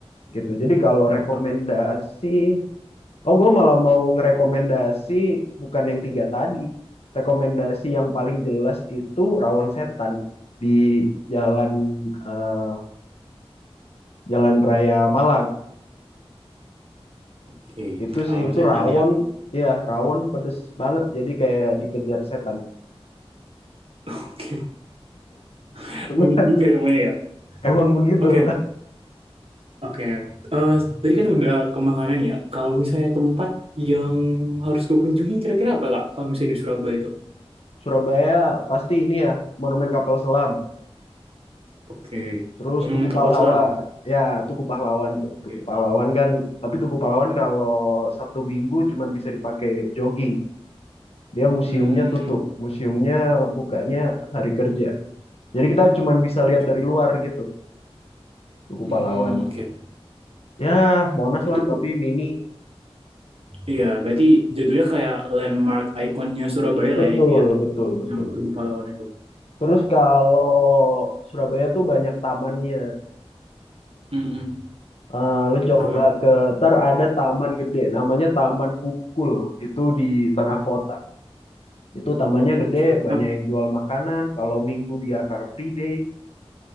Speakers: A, on the left; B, on the right.
A: gitu. Jadi kalau rekomendasi,
B: Ah,
A: oh gue malah mau ngerekomendasi bukan yang tiga tadi. Rekomendasi yang paling jelas itu Rawon Setan di jalan eh, Jalan Raya Malang.
B: Oke,
A: Itu
B: Rawon
A: sih itu
B: setan
A: rawon,
B: ya.
A: ya rawon pedes banget. Jadi kayak dikejar setan.
B: Oke, <laughs>
A: Beneran,
B: Unik juga namanya ya.
A: <laughs> emang begitu.
B: Oke, oke. Eh, tadi kan udah ke makanan ya. Kalau misalnya tempat yang harus gue kunjungin kira-kira apa, Kak? Kalau misalnya di Surabaya itu.
A: Surabaya pasti ini ya, Monumen Kapal Selam.
B: Oke.
A: Terus
B: Monumen
A: Tugu
B: Kapal
A: Pahlawan.
B: Selam.
A: Ya, Tugu Pahlawan tuh.
B: Oke.
A: Tugu Pahlawan kan, tapi Tugu Pahlawan kalau Sabtu Minggu cuman bisa dipakai jogging. Dia museumnya
B: Hmm,
A: tutup. Museumnya bukanya hari kerja. Jadi kita cuman bisa
B: Oke.
A: lihat dari luar gitu, Tugu
B: Hmm,
A: Pahlawan.
B: oke.
A: Ya, Monas
B: Itu
A: lah
B: ber-
A: tapi mini.
B: iya, berarti jatuhnya kayak landmark ikonnya Surabaya
A: Betul,
B: lah ya itu ya,
A: betul, betul.
B: yang Tugu Pahlawan itu.
A: Terus kalau Surabaya tuh banyak tamannya.
B: Hmm,
A: Eh, lu
B: sama.
A: coba ke ntar ada taman gede namanya Taman Bungkul itu di tengah kota Itu tamannya
B: Oke.
A: gede, banyak
B: Ta-
A: yang jual makanan. Kalau Minggu dia Car Free Day.